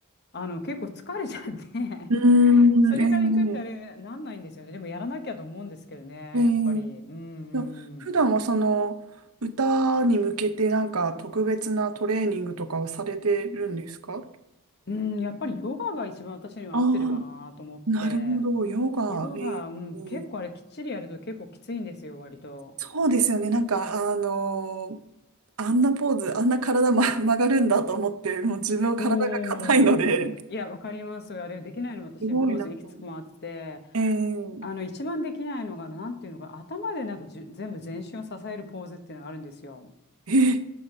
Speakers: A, on the left; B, on the right.
A: あの、結構疲れちゃって
B: うーん、
A: <laughs> それから行くってあれ、
B: え
A: なんないんですよね。でもやらなきゃと思うんですけどね、
B: ー、えー
A: やっぱり。うん
B: と、普段はその歌に向けてなんか特別なトレーニングとかはされてるんですか
A: うん。うん、やっぱりヨガが一番私には合ってるかなと思って。
B: ああ、なるほど、ヨガ、
A: ヨガ、
B: え
A: うん、
B: ー、うん
A: 結構あれきっちりやると結構きついんですよ、割と。
B: そうですよね、なんかあのーあんなポーズ、あんな体、ま、曲がるんだと思って、もう自分は体が硬いので、
A: そう。いや、わかります。あれできないの私、
B: すごいなと思って。
A: ポーズいくつもあって、
B: えー、
A: あの、一番できないのが、なんていうのかな、頭でなんかじゅ全部全身を支えるポーズっていうのがあるんですよ。
B: えー、